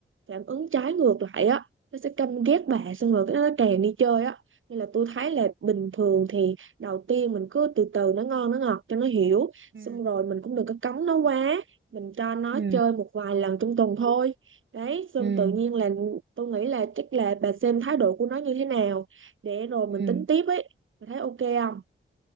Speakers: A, on the right (about 80°); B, on the right (about 65°).
A: phản ứng trái ngược lại á nó sẽ căm ghét bà xong rồi cái nó càng đi chơi á nên là tôi thấy là bình thường thì đầu tiên mình cứ từ từ nó ngon nó ngọt cho nó hiểu
B: Ừ.
A: xong rồi mình cũng đừng có cấm nó quá mình cho nó
B: ừ,
A: chơi một vài lần trong tuần thôi đấy xong
B: ừ,
A: tự nhiên là tôi nghĩ là chắc là bà xem thái độ của nó như thế nào để rồi mình
B: ừ.
A: tính tiếp ấy bà thấy ok không